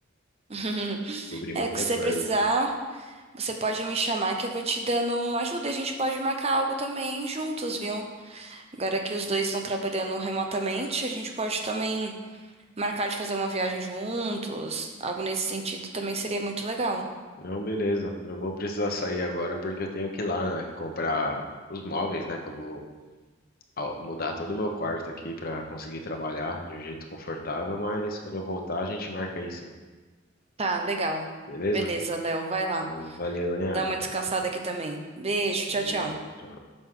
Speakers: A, on the right; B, on the left.
A: <laughs>
B: Cobri
A: É,
B: muita
A: que se você
B: coisa.
A: precisar, você pode me chamar que eu vou te dando uma ajuda e a gente pode marcar algo também juntos, viu? Agora que os dois estão trabalhando remotamente, a gente pode também marcar de fazer uma viagem juntos. Algo nesse sentido também seria muito legal.
B: Não, beleza. Eu vou precisar sair agora porque eu tenho que ir lá, né, comprar os móveis, né? Que eu vou al- mudar todo o meu quarto aqui pra conseguir trabalhar de um jeito confortável, mas quando eu voltar a gente marca aí sim.
A: Tá, legal.
B: Beleza?
A: Beleza, Léo, vai lá.
B: Hum, Valeu, hein, Ari?
A: Dá uma descansada aqui também. Beijo, tchau,
B: Valeu,
A: tchau.
B: tchau, tchau.